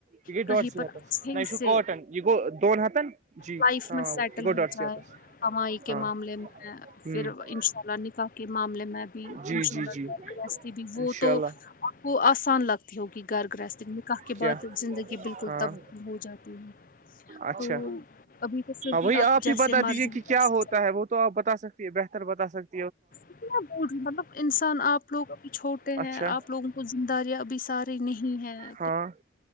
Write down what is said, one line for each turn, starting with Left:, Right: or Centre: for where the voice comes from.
Right: یہ گٔے ڈۄڈ
Left: کہیں
Right: سی
Left: پر
Right: ہتس
Left: اچھ سےنی
Right: نہ یہ چھُ کاٹن یہِ گوٚو دۄن ہتن جی
Left: لائف
Right: ہاں
Left: میں سیٹل
Right: یہِ گوٚو ڈۄڈ
Left: ہو
Right: سی ہتس
Left: ہوائی کے
Right: ہاں
Left: معاملے میں
Right: ہ
Left: پھر ان شاء اللہ نفا کے معاملے میں میں بھی
Right: جی
Left: انشاء
Right: جی
Left: اللہ
Right: جی
Left: کرست بھی وہ
Right: انشاء
Left: تو
Right: اللہ
Left: آپ کو آسان لگتی ہوگی گھر گرہست میں کہ کے بعد
Right: کیا
Left: زندگی بالکل
Right: ہاں
Left: تب ہو جاتی ہے
Right: اچھا
Left: تو ابھی تو پھر
Right: ہاں
Left: بھی
Right: وہی
Left: آپ جیسے
Right: ہی بتا
Left: مارجن
Right: دیجیے کہ کیا
Left: سکتے
Right: ہوتا ہے وہ تو آ بتا سکتی ہے بہتر بتا سکتے
Left: کتنا دور مطلب انسان آپ لوگ ابھی چھوٹے
Right: اچھا
Left: ہیں آپ لوگ وہ زم داریاں ابھی ساری نہیں ہے <unintelligible>
Right: ہاں <inaudible>